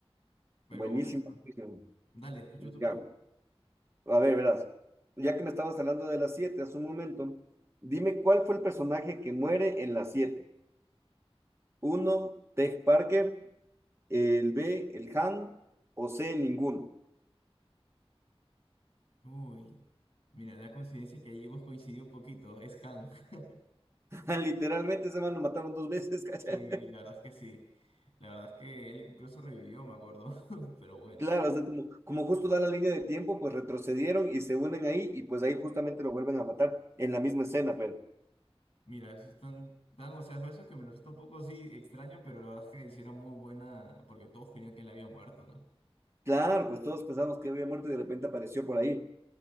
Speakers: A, on the left (about 60°); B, on the right (about 25°).
A: Pero
B: Buenísimo.
A: bueno,
B: buenísimo.
A: dale, escucho tu
B: Ya.
A: pregunta.
B: A ver, verás, ya que me estabas hablando de las siete hace un momento, dime cuál fue el personaje que muere en las siete. Uno, Tej Parker, el B, el Han, o C, ninguno.
A: Uy, mira, la coincidencia que allí hemos coincidido un poquito, es Han. <laughs>
B: <laughs> Literalmente ese man lo mataron dos veces, <laughs> ¿cachai?
A: Sí, la verdad es que sí. La verdad es que él incluso revivió, me acuerdo. <laughs> Pero bueno,
B: Claro, o sea, como, como justo
A: Mm.
B: da la línea de tiempo, pues retrocedieron y se unen ahí y pues ahí justamente lo vuelven a matar en la misma escena, pero
A: mira, eso es tan, tan, o sea, eso es que me resulta un poco así extraño, pero la verdad es que hicieron muy buena, porque todos creían que él había muerto, ¿no?
B: claro, pues todos pensamos que había muerto y de repente apareció por ahí.